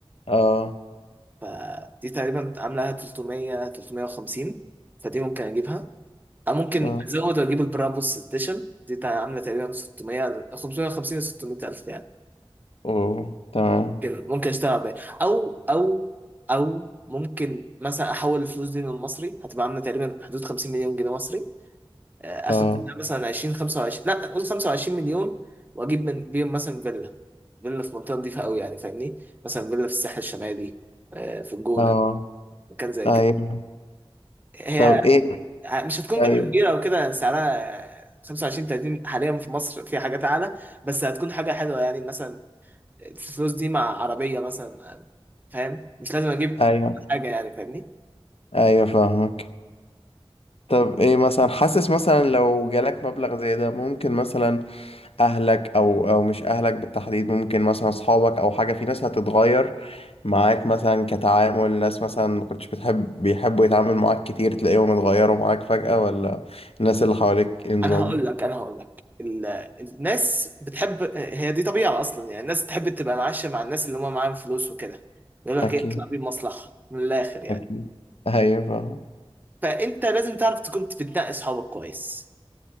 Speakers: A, on the left; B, on the right.
A: اه
B: فدي تقريبا عاملة 300 350 فدي ممكن اجيبها أو ممكن
A: اه
B: ازود واجيب البرابوس اديشن دي تع- عاملة تقريبا 600 550 ل 600 الف يعني
A: اوه تمام
B: ممكن ممكن اشتغل بيها او او او ممكن مثلا احول الفلوس دي من المصري هتبقى عاملة تقريبا حدود 50 مليون جنيه مصري آه،
A: اه
B: اخد منها مثلا 20 25 لا قول 25 مليون واجيب من بيهم مثلا فيلا فيلا في منطقة نضيفة قوي يعني فاهمني مثلا فيلا في الساحل الشمالي آه، في الجونة
A: اه
B: مكان زي
A: ايوه
B: كده هي
A: طب ايه
B: آه، مش هتكون
A: ايوه
B: فيلا كبيرة أو كده سعرها 25 30 حاليا في مصر في حاجات أعلى بس هتكون حاجة حلوة يعني مثلا الفلوس دي مع عربية مثلا فاهم مش لازم أجيب
A: ايوه
B: حاجة يعني فاهمني
A: ايوه فاهمك طب ايه مثلا حاسس مثلا لو جالك مبلغ زي ده ممكن مثلا اهلك او او مش اهلك بالتحديد ممكن مثلا اصحابك او حاجه في ناس هتتغير معاك مثلا كتعامل ناس مثلا ما كنتش بتحب بيحبوا يتعامل معاك كتير تلاقيهم اتغيروا معاك فجأة ولا الناس اللي حواليك انظموا
B: أنا هقول لك أنا هقول لك ال- الناس بتحب هي دي طبيعة أصلا يعني الناس تحب تبقى معاشة مع الناس اللي هم معاهم فلوس وكده يقول لك
A: اكيد
B: إيه اطلع بيه مصلحة من الآخر يعني
A: اكيد ايوه فاهم
B: فأنت لازم تعرف تكون بتنقي أصحابك كويس